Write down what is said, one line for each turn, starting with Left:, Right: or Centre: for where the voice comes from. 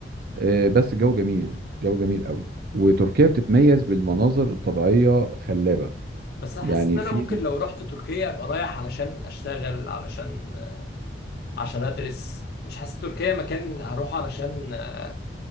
Right: آه، بس الجو جميل الجو جميل قوي وتركيا بتتميز بالمناظر الطبيعيه خلابه
Left: بس احس
Right: يعني
Left: ان انا
Right: في
Left: ممكن لو رحت تركيا ابقى رايح علشان اشتغل علشان عشان ادرس مش حاسس تركيا مكان هروح علشان آه،